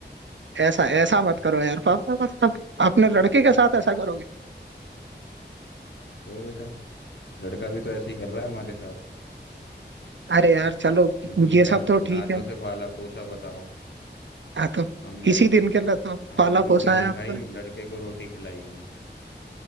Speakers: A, on the right (about 85°); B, on the left (about 75°).
A: ऐसा ऐसा मत करो यार पापा मतलब अपने लड़के के साथ ऐसा करोगे
B: हाँ तो बेटा लड़का भी तो ऐसे ही कर रहा है हमारे साथ
A: अरे यार चलो
B: इतनी
A: ये सब
B: नाज
A: तो ठीक
B: नाजों
A: है
B: से पाला पोसा बताओ
A: आ तो
B: हमने
A: इसी दिन के लिए तो
B: हमने
A: पाला
B: रोटी
A: पोसा
B: नहीं
A: है आपने
B: खाई लड़के को रोटी खिलाई हमने